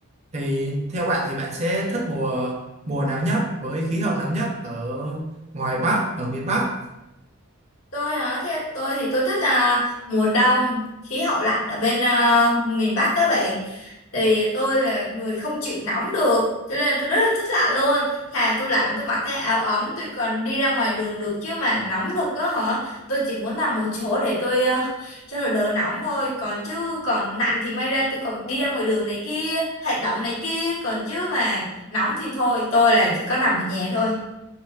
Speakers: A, on the right (about 30°); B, on the left (about 80°).
A: Thì theo bạn thì bạn sẽ thích mùa mùa nào nhất với khí hậu nào nhất ở ngoài Bắc, ở miền Bắc?
B: Tôi hả? Theo tôi thì tôi thích à, mùa đông, khí hậu lạnh ở bên à, miền Bắc các bạn. thì tôi là người không chịu nóng được cho nên là tôi rất là thích lạnh luôn thà tôi lạnh tôi mặc cái áo ấm tôi còn đi ra ngoài đường được chứ mà nóng được á hả tôi chỉ muốn nằm một chỗ để tôi ờ, cho nó đỡ nóng thôi còn chứ còn lạnh thì may ra tôi còn đi ra ngoài đường này kia hoạt động này kia còn chứ mà nóng thì thôi tôi là chỉ có nằm ở nhà thôi